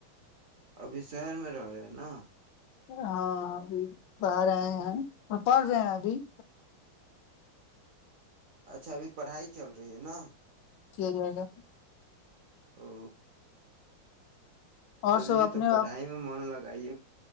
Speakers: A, on the right; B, on the left.
A: ابھی شہر میں رہ رہے ہیں نا
B: ہاں ابھی آ رہے ہیں اور پڑھ رہے ہیں ابھیب
A: اچھا ابھی پڑھائی چل رہی ہے نا
B: ٹھیک رہے گا
A: ہ
B: اور
A: چلیے
B: سب اپنے
A: تو پڑھائی
B: آپ
A: میں من لگا لائیے